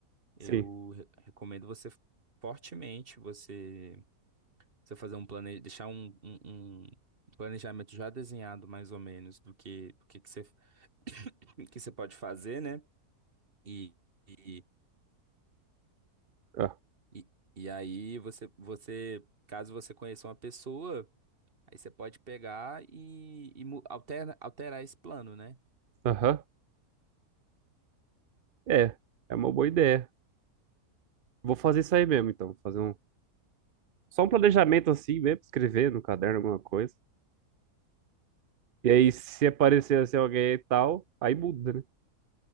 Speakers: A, on the right (about 35°); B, on the right (about 55°).
A: eu
B: sim.
A: re- recomendo você fortemente você, você fazer um plane, deixar um, um, um planejamento já desenhado mais ou menos do que do que, que você <coughs> que você pode fazer, né? E, e,
B: Ah,
A: e, e aí você você caso você conheça uma pessoa Aí você pode pegar e, e mu- altera- alterar esse plano, né?
B: Aham, é. É uma boa ideia. Vou fazer isso aí mesmo, então. Fazer um só um planejamento assim mesmo, escrever no caderno alguma coisa. E aí se aparecer assim alguém e tal, aí muda, né?